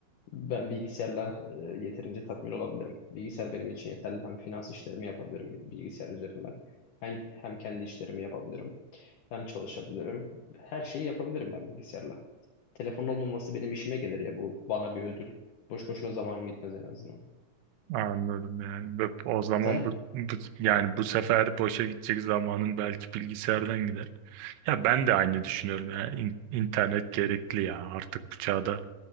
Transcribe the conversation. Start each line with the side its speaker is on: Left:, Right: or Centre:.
Left: Ben bilgisayarla e, yeterince tatmin olabilirim. Bilgisayar benim için yeterli. Hem finans işlerimi yapabilirim bilgisayar üzerinden. Hem, hem kendi işlerimi yapabilirim. Hem çalışabilirim. Her şeyi yapabilirim ben bilgisayarla. Telefonun olmaması benim işime gelir ya. Bu bana bir ödül. Boş boşuna zamanım gitmez en azından.
Right: Anladım yani. Ve O zaman
Left: Sen
Right: bu, bu- yani bu sefer boşa gidecek zamanın belki bilgisayardan gider. Ya ben de aynı düşünüyorum ya. İn- internet gerekli ya. Artık bu çağda